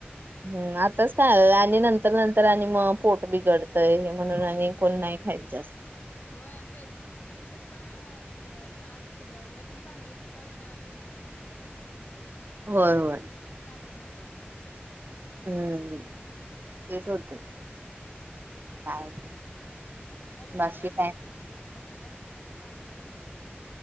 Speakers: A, on the right; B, on the left.
A: हम्म आताच काय? आणि नंतर नंतर आणि मग पोट बिघडतय, म्हणून आणि कोण नाही खायचे असतय.
B: होय आणि तेच घेतलेलेच्यात, पण ग आ आत ग ब वरून चांगले दिसतात आणि आतून खराब होतात ना मग.
A: व्हय व्हय.
B: कुणा जायचं की?
A: हम्म हम्म
B: हा
A: तेच होतय.
B: होय
A: काय
B: यंदा भरपुर
A: बाकी
B: आंबे
A: काय
B: होते तसे बघ. आल्यावर सगळीकडे आंबे च आंबे आहेत.